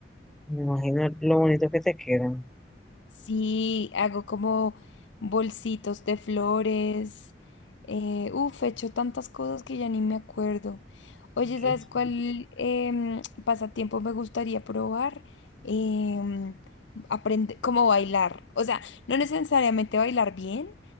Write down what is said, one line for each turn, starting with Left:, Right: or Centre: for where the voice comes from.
Centre: Me imagino lo bonito que te quedan.
Left: Sí, hago como bolsitos de flores. Eh, uf, he hecho tantas cosas que ya ni me acuerdo. Oye,
Centre: Ok.
Left: ¿sabes cuál em, pasatiempo me gustaría probar? Em, aprende- como bailar. O sea, no necesariamente bailar bien,